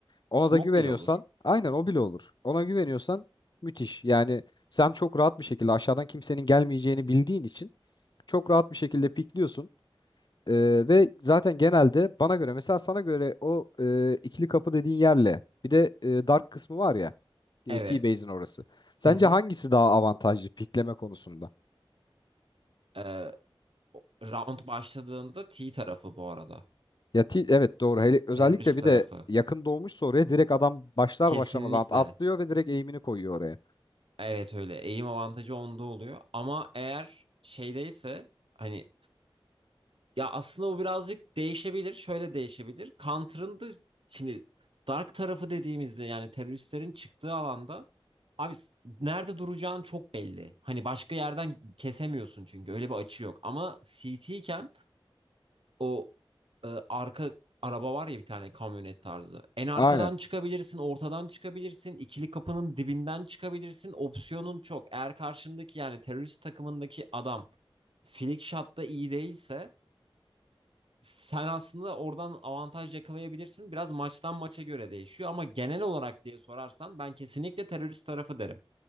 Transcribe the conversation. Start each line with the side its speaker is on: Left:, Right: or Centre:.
Left: Ona
Right: Smoke
Left: da güveniyorsan
Right: bile olur.
Left: aynen o bile olur. Ona güveniyorsan müthiş. Yani sen çok rahat bir şekilde aşağıdan kimsenin gelmeyeceğini bildiğin için çok rahat bir şekilde pikliyorsun. Ee, ve zaten genelde bana göre mesela sana göre o e, ikili kapı dediğin yerle bir de e, dark kısmı var ya e,
Right: Evet.
Left: T-Base'in orası. Sence
Right: Hı hı.
Left: hangisi daha avantajlı pikleme konusunda?
Right: Ee, round başladığında T tarafı bu arada.
Left: Ya T- evet doğru. Hele, özellikle
Right: Terörist
Left: bir
Right: tarafı.
Left: de yakın doğmuşsa oraya direkt adam başlar
Right: Kesinlikle.
Left: başlamadan atlıyor ve direkt eğimini koyuyor oraya.
Right: Evet öyle. Eğim avantajı onda oluyor. Ama eğer şeydeyse hani ya aslında o birazcık değişebilir. Şöyle değişebilir. Counter'ın da şimdi dark tarafı dediğimizde yani teröristlerin çıktığı alanda abi s- nerede duracağın çok belli. Hani başka yerden kesemiyorsun çünkü öyle bir açı yok. Ama CT o e, arka araba var ya bir tane kamyonet tarzı. En arkadan
Left: Aynen.
Right: çıkabilirsin, ortadan çıkabilirsin, ikili kapının dibinden çıkabilirsin. Opsiyonun çok. Eğer karşındaki yani terörist takımındaki adam flick shot'ta iyi değilse sen aslında oradan avantaj yakalayabilirsin. Biraz maçtan maça göre değişiyor ama genel olarak diye sorarsan ben kesinlikle terörist tarafı derim.